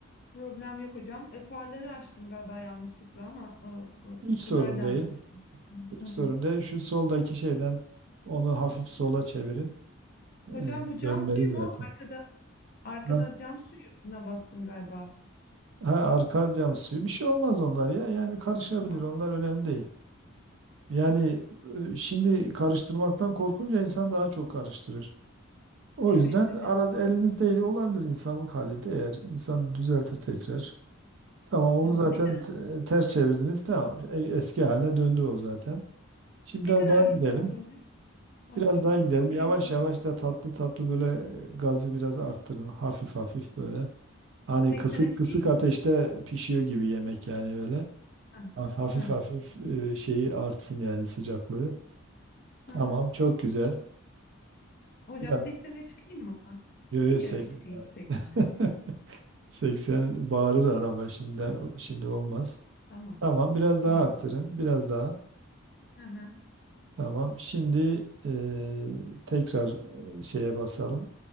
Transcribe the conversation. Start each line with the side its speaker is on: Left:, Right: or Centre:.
Left: Problem yok hocam. E, farları açtım galiba yanlışlıkla ama e, bu
Right: Hiç
Left: bu
Right: sorun
Left: nereden
Right: değil.
Left: açıldı?
Right: Hiç
Left: Hı
Right: sorun
Left: hı.
Right: değil. Şu soldaki şeyden onu hafif sola çevirin. Ee,
Left: Hocam bu cam
Right: dönmeli
Left: suyu
Right: zaten.
Left: mu? Arkada arkada
Right: Ha,
Left: cam suyuna bastım galiba.
Right: ha arka cam suyu bir şey olmaz onlar ya. Yani karışabilir.
Left: Tamam.
Right: Onlar önemli değil. Yani e, şimdi karıştırmaktan korkunca insan daha çok karıştırır. O
Left: Evet
Right: yüzden
Left: evet
Right: ara,
Left: hocam.
Right: elinizdeydi olabilir insanlık hali de eğer insan düzeltir tekrar. Tamam onu
Left: Tamam.
Right: zaten
Left: Ne kadar
Right: t- ters çevirdiniz. Tamam. E- Eski haline döndü o zaten. Şimdi
Left: ne
Right: biraz
Left: kadar
Right: daha
Left: gideceğiz
Right: gidelim.
Left: Tamam. böyle? Ah
Right: Biraz
Left: çok
Right: daha gidelim.
Left: çok
Right: Yavaş
Left: heyecanlı.
Right: yavaş da tatlı tatlı böyle e, gazı biraz arttırın. Hafif hafif böyle. Hani
Left: 80'e
Right: kısık
Left: çıkayım
Right: kısık ateşte
Left: mı?
Right: pişiyor gibi yemek yani böyle.
Left: Ha,
Right: Haf- Hafif
Left: ha,
Right: hafif e, şeyi artsın yani sıcaklığı.
Left: ha,
Right: Tamam
Left: ha.
Right: çok güzel.
Left: Hocam
Right: Evet.
Left: 80'e çıkayım mı?
Right: Yo yo
Left: Bir kere
Right: sek-
Left: çıkayım 80'e.
Right: <laughs> 80 bağırır araba şimdi şimdi olmaz.
Left: Tamam.
Right: Tamam biraz
Left: Tamam
Right: daha arttırın.
Left: hocam.
Right: Biraz daha.
Left: Hı hı.
Right: Tamam. Şimdi eee, tekrar eee, şeye basalım.